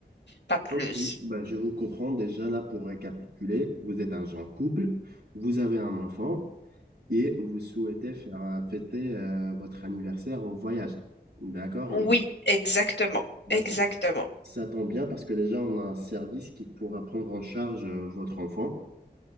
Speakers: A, on the left (about 80°); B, on the right (about 60°).
A: pas plus.
B: Ok, ben, je vous comprends déjà là pour récapituler. Vous êtes un jeune couple, vous avez un enfant et vous souhaitez faire euh, fêter euh, votre anniversaire en voyage. D'accord?
A: Oui, exactement,
B: Ben,
A: exactement.
B: ça, ça tombe bien parce que déjà on a un service qui pourra prendre en charge euh, votre enfant